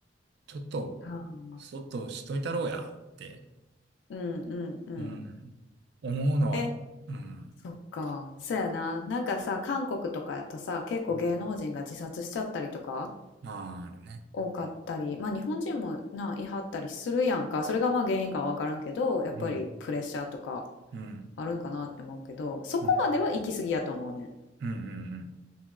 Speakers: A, on the right; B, on the left.
A: ちょっと、
B: ああ。
A: そっとしといたろうやって、
B: うんうんうんあうんうんうん
A: うん、思うのは、
B: え、
A: うん、
B: そっか。そやな。なんかさ、韓国とかやとさ、結構芸能人が自殺しちゃったりとか
A: うんまああるね。
B: 多かったり、
A: うん、
B: まあ日本人もな、いはったりするやんか。それがまあ原因かわからんけど、やっぱりプレッシャーとか
A: うん、うん、
B: あるんかなって思うけど、そこまでは行き過ぎやと思うねん。
A: うん、うん、うん、